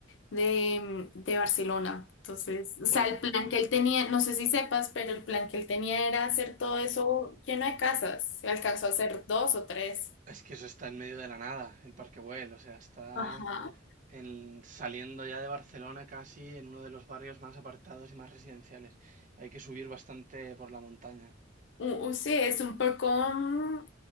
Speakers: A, on the left; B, on the right.
A: de, de Barcelona. Entonces, o
B: Bueno,
A: sea, el plan que él tenía, no sé si sepas, pero el plan que él tenía era hacer todo eso lleno de casas. Se alcanzó a hacer dos o tres.
B: Es que eso está en medio de la nada, el Parque Güell, o sea, está
A: Ajá.
B: en- saliendo ya de Barcelona casi en uno de los barrios más apartados y más residenciales. Hay que subir bastante por la montaña.
A: U- u- sí, es un poco... mm,